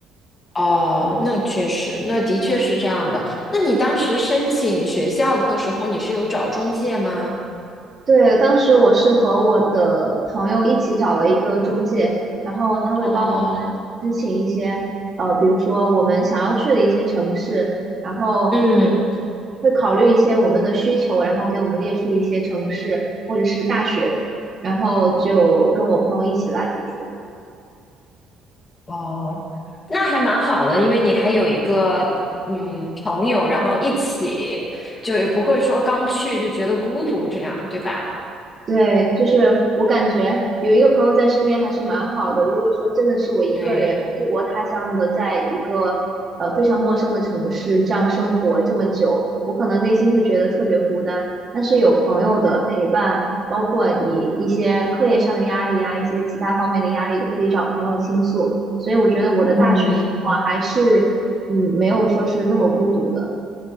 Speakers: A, on the left; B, on the right.
A: 哦，那确实，那的确是这样的。那你当时申请学校的时候，你是有找中介吗？
B: 对，当时我是和我的朋友一起找了一个中介，然后他会帮我们
A: 哦，
B: 申请一些，呃，比如说我们想要去的一些城市，然后就
A: 嗯。
B: 会考虑一些我们的需求，然后给我们列出一些城市或者是大学，然后就跟我朋友一起来读书。
A: 哦，那还蛮好的，因为你还有一个嗯朋友，然后一起，就也不会说刚去就觉得孤独这样，对吧？
B: 对，就是我感觉有一个朋友在身边还是蛮好的。如果说真的是我一个人异国他乡的，
A: 对，
B: 在一个呃非常陌生的城市这样生活这么久，我可能内心会觉得特别孤单。但是有朋友的陪伴，包括你一些课业上的压力啊，一些其他方面的压力，都可以找朋友倾诉。所以我觉得我的大学生活还是嗯没有说是那么孤独的。
A: 嗯